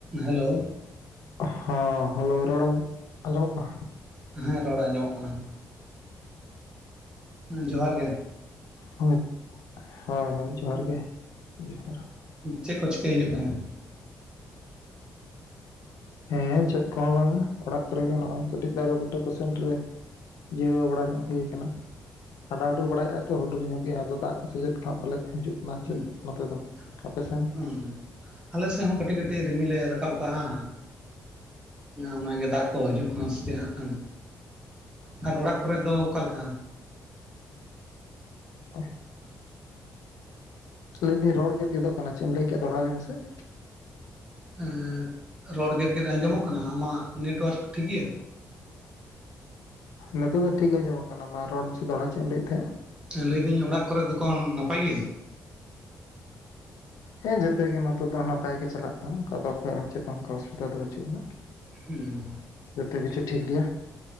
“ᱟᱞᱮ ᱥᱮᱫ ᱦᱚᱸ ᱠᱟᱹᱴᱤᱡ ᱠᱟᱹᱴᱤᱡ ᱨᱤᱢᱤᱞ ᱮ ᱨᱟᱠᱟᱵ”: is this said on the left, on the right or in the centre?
Right